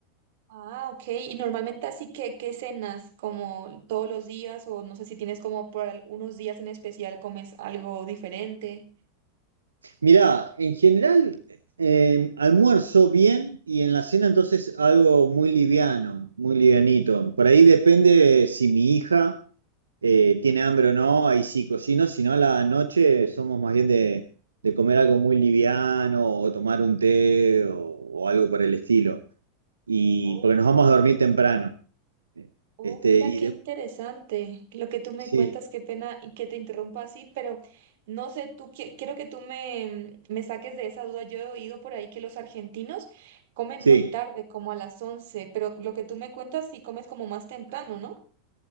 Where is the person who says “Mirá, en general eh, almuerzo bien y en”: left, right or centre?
Right